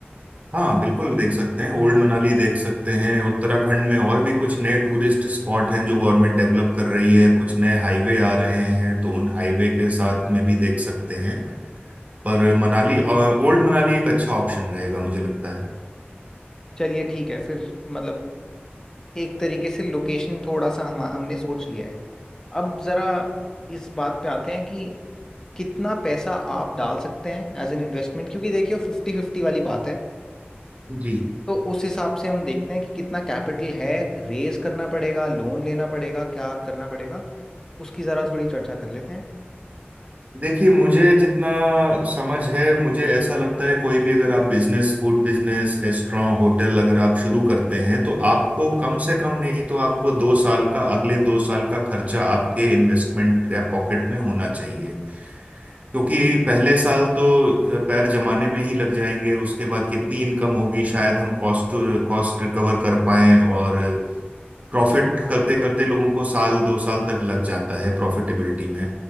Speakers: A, on the right; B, on the left.
A: हाँ बिल्कुल देख सकते हैं ओल्ड मनाली देख सकते हैं उत्तराखंड में और भी कुछ नए टूरिस्ट स्पॉट हैं जो गवर्नमेंट डेवलप कर रही है कुछ नए हाईवे आ रहे हैं तो उन हाईवे के साथ में भी देख सकते हैं पर मनाली ओल्ड मनाली एक अच्छा ऑप्शन रहेगा मुझे लगता है
B: चलिए ठीक है फिर मतलब एक तरीके से लोकेशन थोड़ा सा हम हमने सोच लिया है अब जरा इस बात पे आते हैं कि कितना पैसा आप डाल सकते हैं एज एन इन्वेस्टमेंट क्योंकि देखिए फिफ्टी फिफ्टी वाली बात है
A: जी
B: तो उस हिसाब से हम देखते हैं कि कितना कैपिटल है रेज करना पड़ेगा लोन लेना पड़ेगा क्या करना पड़ेगा उसकी ज़रा थोड़ी चर्चा कर लेते हैं
A: देखिए मुझे जितना समझ है मुझे ऐसा लगता है कोई भी अगर आप business food business restaurant hotel अगर आप शुरू करते हैं तो आपको कम से कम नहीं तो आपको दो साल का अगले दो साल का खर्चा आपके इन्वेस्टमेंट या पॉकेट में होना चाहिए क्योंकि पहले साल तो अ, पैर जमाने में ही लग जाएंगे उसके बाद कितनी इनकम होगी शायद हम कॉस्ट कॉस्ट रिकवर कर पाएं और प्रॉफिट करते करते लोगों को साल दो साल तक लग जाता है प्रॉफिटेबिलिटी में